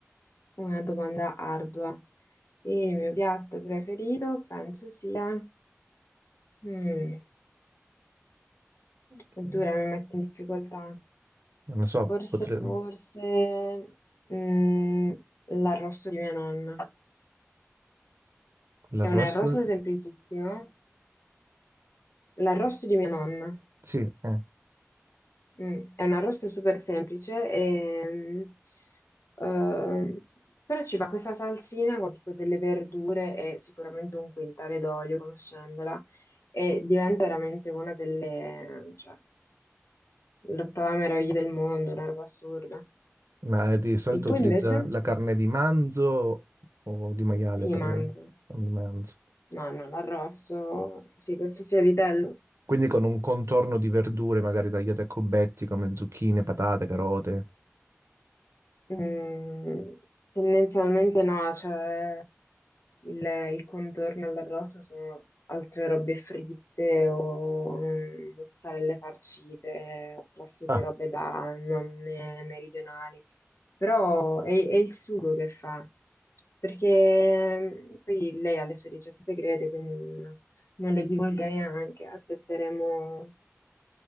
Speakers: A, on the left; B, on the right.
A: una domanda ardua. E il mio piatto preferito penso sia... Mm,
B: Ok.
A: è dura, mi mette in difficoltà.
B: Non lo so,
A: Forse,
B: potre-
A: forse mm, l'arrosto di mia nonna.
B: l'arrosto?
A: È un arrosto semplicissimo, l'arrosto di mia nonna.
B: Sì, eh.
A: Mm, È un arrosto super semplice, e, ehm, però ci va questa salsina con tipo delle verdure e sicuramente un quintale d'olio, conoscendola, e diventa veramente una delle, cioè, l'ottava meraviglia del mondo, una roba assurda.
B: Ma di solito
A: Il tuo
B: utilizza
A: invece?
B: la carne di manzo o di maiale
A: Sì,
B: per...
A: mangio.
B: o di manzo.
A: No, no, l'arrosto, sì, penso sia vitello.
B: Quindi con un contorno di verdure magari tagliate a cubetti come zucchine, patate, carote.
A: Mm, tendenzialmente no, cioè... Il, il contorno all'arrosto sono altre robe fritte o mm, mozzarelle farcite o classiche
B: Ah,
A: robe da nonne meridionali. Però è, è il sugo che fa, perché mm, poi lei ha le sue ricette segrete, quindi non, non le divulgherei neanche. Aspetteremo